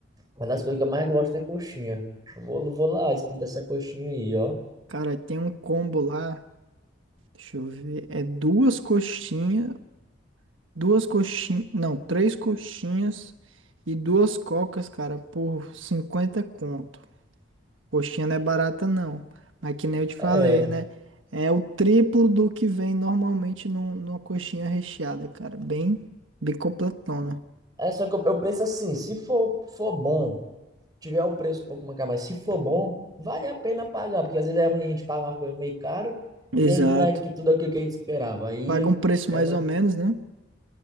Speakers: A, on the right; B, on the right.
A: uma das coisas que eu mais gosto é coxinha. Eu vou, vou lá, experimentar essa coxinha aí, ó.
B: Cara, tem um combo lá, deixa eu ver, é duas coxinhas, duas coxinhas, não, três coxinhas e duas cocas, cara, por 50 conto. Coxinha não é barata, não. Mas que nem eu te falei,
A: É.
B: né? É o triplo do que vem normalmente num- numa coxinha recheada, cara. Bem, bem completona.
A: É só que eu, eu penso assim, se for, for bom, tiver o preço um pouco mais caro, mas se for bom, vale a pena pagar, porque às vezes é ruim a gente paga uma coisa meio caro
B: Exato.
A: e aí não é que tudo aquilo que a gente esperava. Aí
B: Paga um preço
A: quebra
B: mais ou menos, né?